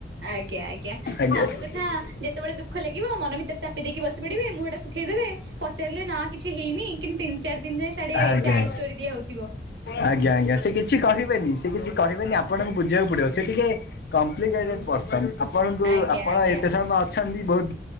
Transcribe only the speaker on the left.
ଆଜ୍ଞା।
ଆଜ୍ଞା
ଆଜ୍ଞା ଆଜ୍ଞା ସେ କିଛି କହିବେନି। ସେ କିଛି କହିବେନି ଆପଣଙ୍କୁ ବୁଝିବାକୁ ପଡିବ। ସେ ଟିକେ କଂପିଲିକେଟେଡ୍ ପର୍ସନ। ଆପଣଙ୍କୁ
ଆପଣ
ଏତେ ସମୟ ଅଛନ୍ତି, ବହୁତ